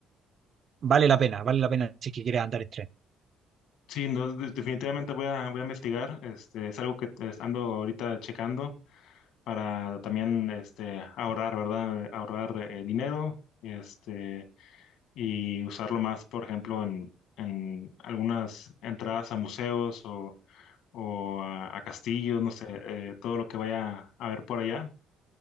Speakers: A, on the right; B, on the left.
A: vale la pena, vale la pena si es que quieres andar en tren.
B: Sí, no, de- definitivamente voy a, voy a investigar. Este, es algo que eh, ando ahorita checando para también este, ahorrar, ¿verdad? Ahorrar eh, dinero este, y usarlo más, por ejemplo, en, en algunas entradas a museos o o a, a castillos, no sé, eh, todo lo que vaya a ver por allá.